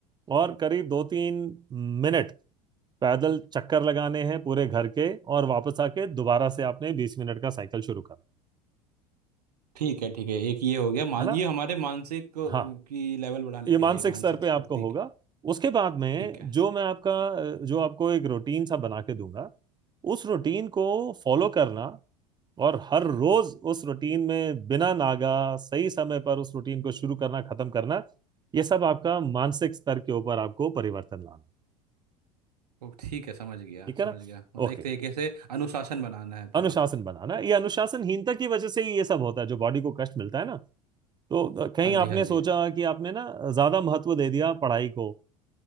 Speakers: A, on the right (about 20°); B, on the right (about 75°).
A: और करीब दो तीन मिनट पैदल चक्कर लगाने हैं पूरे घर के और वापस आके दोबारा से आपने बीस मिनट का साइकिल शुरू करना
B: ठीक है ठीक है एक ये हो गया मान
A: है ना
B: ये हमारे मानसिक को-
A: हाँ
B: की लेवल बढ़ाने
A: ये
B: के
A: मानसिक
B: लिए मानसिक
A: स्तर पे
B: शक्ति
A: आपको होगा
B: की
A: उसके बाद में
B: ठीक है
A: जो मैं आपका अ, जो आपको एक रूटीन सा बना के दूंगा उस रूटीन को फॉलो करना और हर रोज उस रूटीन में बिना नागा सही समय पर उस रूटीन को शुरू करना खत्म करना ये सब आपका मानसिक स्तर के ऊपर आपको परिवर्तन लाना
B: ओ ठीक है समझ गया
A: ठीक है
B: समझ
A: ना
B: गया मतलब
A: ओके
B: एक तरीके से अनुशासन बनाना है पूरा
A: अनुशासन बनाना ये अनुशासनहीनता की वजह से ही ये सब होता है जो बॉडी को कष्ट मिलता है ना तो कहीं
B: हाँ जी
A: आपने
B: हाँ जी
A: सोचा कि आपने ना ज्यादा महत्व दे दिया पढ़ाई को